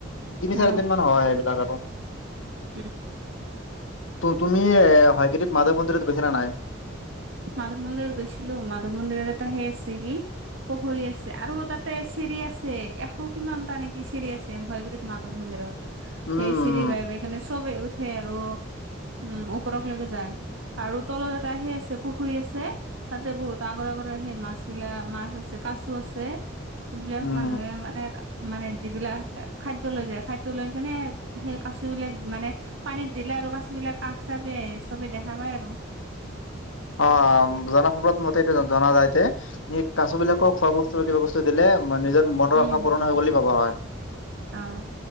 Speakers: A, on the left; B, on the right.
A: তিনি
B: অ',
A: চাৰি দিন মান হয় সেইবিলাক আৰু
B: উম
A: তুমি হয়গ্ৰীৱ মাধৱ মন্দিৰত গৈছানে নাই?
B: মাধৱ মন্দিৰত গৈছিলো। মাধৱ মন্দিৰত এটা সেই আছে কি পুখুৰী আছে, আৰু তাতে চিৰি আছে, এশ কিমানটা নেকি চিৰি আছে হয়গ্ৰীৱ মাধৱ মন্দিৰত।
A: উম,
B: সেই
A: উম,
B: চিৰি বাই বাই মানে চবেই উঠে আৰু, উম ওপৰক লৈকে যায়। আৰু তলত এটা সেই চে পুখুৰী আছে, তাতে বহুত আগৰ আগৰ সেই মাছ গিলা, মাছ আছে, কাছো আছে সেইবিলাক
A: উম
B: মানুহে মানে, মানে যিবিলাক খাদ্য লৈ যায়, খাদ্য লৈ কিনে সেই কাছবিলাক মানে পানীত দিলে আৰু কাছ বিলাক কাষ চাপি আহে। চবেই দেখা পায় আৰু।
A: অ', জনপ্ৰবাদ মতে জনা যায় যে এই কাছ বিলাকক খোৱা বস্তু, কিবা বচ তু দিলে, নিজৰ মনৰ
B: উম
A: আশা পূৰণ হয় বুলি ভবা হয়।
B: অ